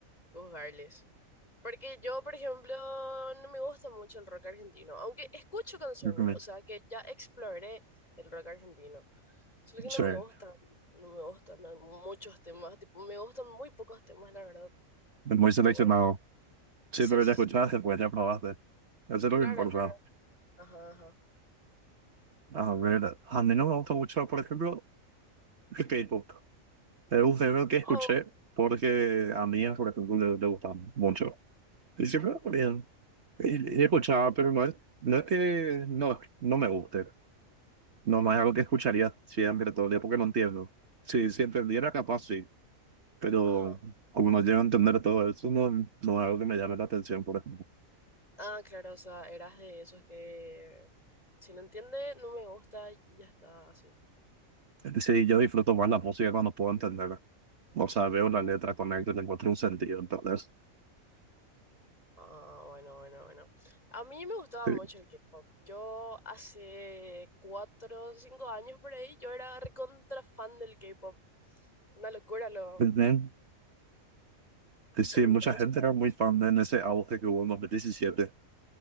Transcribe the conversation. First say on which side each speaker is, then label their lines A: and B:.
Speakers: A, on the left; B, on the right.
A: juzgarles. Porque yo, por ejemplo, no me gusta mucho el rock argentino, aunque escucho canciones,
B: <clears throat> Ujú.
A: o sea que ya exploré el rock argentino. Solo que
B: Sí,
A: no me
B: es
A: gustan, no me gustan a- muchos temas, tipo, me gustan muy pocos temas, la verdad.
B: muy seleccionado.
A: Pero bueno,
B: Sí,
A: sí,
B: pero
A: sí,
B: ya escuchaste,
A: sí.
B: pues ya probaste. Eso es lo
A: Claro,
B: que importa.
A: claro. Ajá, ajá.
B: A ver, a mí no me gusta mucho, por ejemplo, el K-pop. Es un género que escuché
A: Oh.
B: porque a mí, por ejemplo, le, le gusta mucho. Y siempre bien. He he escuchado, pero no es, no es que no, no me guste. No, no es algo que escucharía siempre todo el día porque no entiendo. Si, si entendiera, capaz sí. Pero
A: Ajá.
B: como no llego a entender todo eso, no, no es algo que me llame la atención, por ejemplo.
A: Ah, claro, o sea, eras de esos que si no entiende, no me gusta y ya está así.
B: Es decir, yo disfruto más la música cuando puedo entenderla. O sea, veo la letra, conecto le encuentro un sentido. Entonces,
A: Ah, bueno, bueno, bueno. A mí me gustaba
B: sí.
A: mucho el K-pop. Yo hace cuatro o cinco años por ahí, yo era recontra fan del K-pop. Una locura lo.
B: También, y Sí,
A: Entonces,
B: mucha gente era muy fan de en ese auge que hubo en 2017,